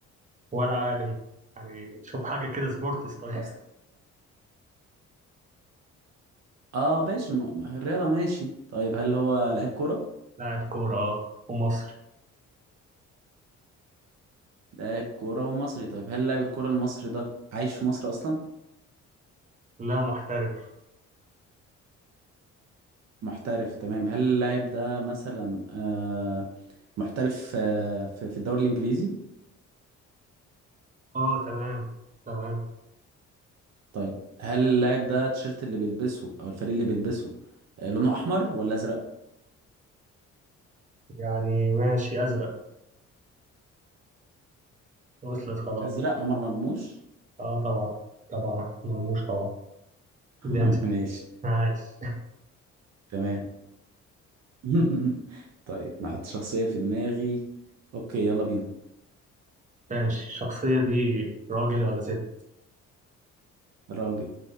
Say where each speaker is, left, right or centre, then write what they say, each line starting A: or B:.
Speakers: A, on the right; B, on the right.
A: ولا عالم يعني شوف حاجة كده سبورتس طيب
B: اصلا اه ماشي م- الرياضة ماشي طيب هل هو لعيب كورة
A: <laughs> لاعب كورة أه ومصري
B: لاعب كورة ومصري طيب هل لاعب الكورة المصري ده عايش في مصر اصلا
A: لا محترف
B: محترف تمام هل اللاعب ده مثلا آه محترف آه في في الدوري الانجليزي
A: أه تمام تمام
B: طيب هل اللاعب ده التيشيرت اللي بيلبسه او الفريق اللي بيلبسه آه، لونه احمر ولا ازرق
A: يعني ماشي أزرق وصلت خلاص
B: ازرق عمر مرموش
A: أه طبعا طبعا أحمد مرموش طبعا
B: <laughs>
A: ده
B: ماشي
A: عايش <laughs>
B: تمام <laughs> طيب نحط شخصية في دماغي اوكي يلا بينا
A: ماشي الشخصية دي راجل ولا ست؟
B: راجل